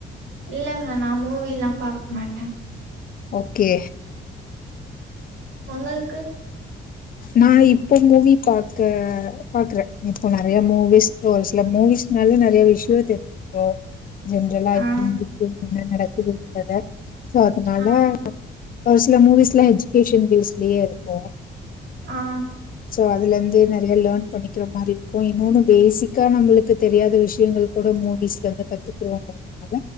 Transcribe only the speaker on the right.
இல்லங்க நான் மூவில்லா பாக்க மாட்டே
உங்களுக்கு
ஆ
ஆ
ஆ